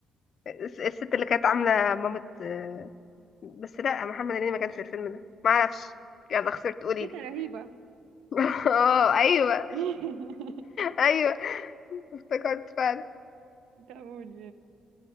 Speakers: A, on the left; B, on the right.
A: الس- الست اللي كانت عامله مامة آه، بس لا محمد هنيدي ما كانش في الفيلم ده ما اعرفش يلا خسرت قولي
B: تيتا
A: لي
B: رهيبه
A: <laughs> اه ايوه
B: <laughs>
A: ايوه افتكرت فعلا
B: ده قول